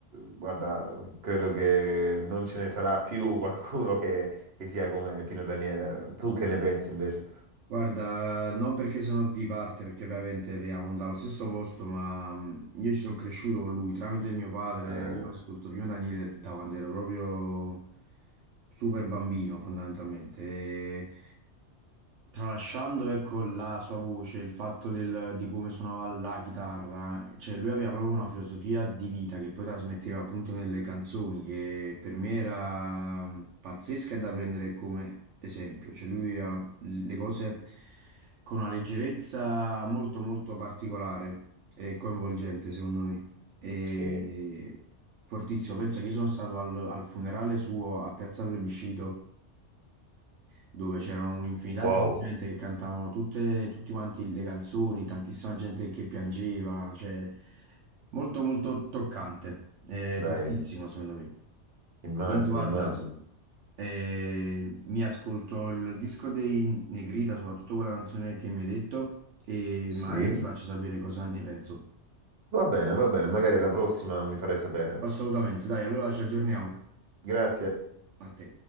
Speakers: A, on the right; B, on the right.
A: Guarda, credo che non ce ne sarà più <laughs> qualcuno che, che sia come Pino Daniele. Tu che ne pensi invece?
B: Guarda, non perché sono di parte, perché ovviamente veniamo dallo stesso posto, ma mh, io ci sono cresciuto con lui tramite mio padre.
A: Eh,
B: Io ascolto Pino Daniele da quando ero proprio super bambino, fondamentalmente. E tralasciando, ecco, la sua voce, il fatto del- di come suonava la chitarra, cioè lui aveva proprio una filosofia di vita che poi trasmetteva appunto nelle canzoni, che per me era pazzesca e da prendere come esempio. Cioè lui le cose con una leggerezza molto molto particolare e coinvolgente, secondo me. E
A: sì,
B: fortissimo, pensa che io sono stato al, al funerale suo a Piazza Plebiscito, dove c'era un'infinità
A: wow,
B: di gente che cantavano tutte, tutti quanti le canzoni, tantissima gente che piangeva, cioè molto molto toccante, eh,
A: beh,
B: fortissimo secondo me.
A: immagino,
B: Comunque guarda,
A: immagino.
B: e mi ascolto il disco dei Negrita, soprattutto quella canzone che mi hai detto, e
A: Sì,
B: magari ti faccio sapere cosa ne penso.
A: va bene, va bene, magari la prossima mi farai sapere.
B: Assolutamente, dai, allora ci aggiorniamo.
A: Grazie.
B: A te.